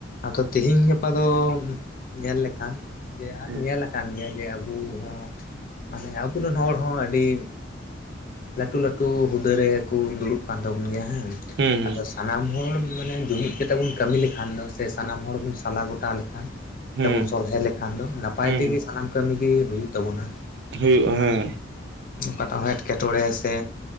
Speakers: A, on the left; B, on the right.
A: ᱟᱫᱚ ᱛᱤᱦᱤᱧ ᱜᱟᱯᱟ ᱫᱚ ᱧᱮᱞ ᱞᱮᱠᱷᱟᱱ ᱡᱮ <unintelligible>
B: ᱦᱩᱸ
A: ᱧᱮᱞ ᱠᱟᱱ ᱜᱮᱭᱟ ᱡᱮ, ᱟᱵᱚ ᱦᱚᱸ ᱢᱟᱱᱮ ᱟᱵᱚᱨᱮᱱ ᱦᱚᱲ ᱦᱚᱸ ᱟᱹᱰᱤᱼᱼ ᱞᱟᱹᱴᱩ ᱞᱟᱹᱴᱩ ᱦᱩᱫᱟᱹ ᱨᱮ ᱠᱚ ᱫᱩᱲᱩᱵ ᱠᱟᱱ ᱛᱟᱵᱚᱱ ᱜᱮᱭᱟ ᱦᱮᱸ᱾
B: ᱦᱩᱸ
A: ᱟᱫᱚ ᱥᱟᱱᱟᱢ ᱦᱚᱲ ᱢᱟᱱᱮ ᱡᱩᱢᱤᱫ ᱠᱟᱛᱮᱼᱼ ᱛᱮ ᱵᱚᱱ ᱠᱟᱹᱢᱤ ᱞᱮᱠᱷᱟᱱ ᱫᱚ, ᱥᱮ ᱥᱟᱱᱟᱢ ᱦᱚᱲ ᱵᱚᱱ ᱥᱟᱞᱟ ᱜᱚᱴᱟ ᱞᱮᱠᱷᱟᱱᱼᱼ
B: ᱦᱩᱸ ᱦᱩᱸ
A: ᱥᱮ ᱵᱚᱱ ᱥᱚᱞᱦᱮ ᱞᱮᱠᱷᱟᱱ ᱫᱚ, ᱱᱟᱯᱟᱭ
B: ᱦᱩᱸ
A: ᱛᱮᱜᱮ ᱥᱟᱱᱟᱢ ᱠᱟᱹᱢᱤ ᱜᱮ ᱦᱩᱭᱩᱜ ᱛᱟᱵᱳᱱᱟ ᱾
B: ᱦᱩᱭᱩᱜᱼᱟ ᱦᱮᱸ
A: ᱚᱠᱟ ᱴᱟᱜ ᱦᱚᱸ ᱮᱴᱠᱮ ᱴᱚᱬᱮ ᱥᱮᱼᱼ